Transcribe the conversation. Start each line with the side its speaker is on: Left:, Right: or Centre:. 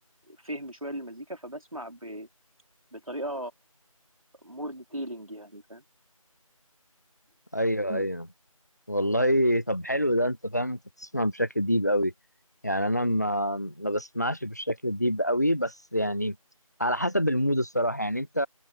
Right: فهم شوية للمزيكا فبسمع ب... بطريقة مور ديتيلنج يعني فاهم
Left: ايوه
Right: مم.
Left: ايوه والله طب حلو ده انت فاهم انت بتسمع بشكل ديب قوي يعني انا ما ما بسمعش بالشكل الديب قوي بس يعني على حسب المود الصراحة يعني انت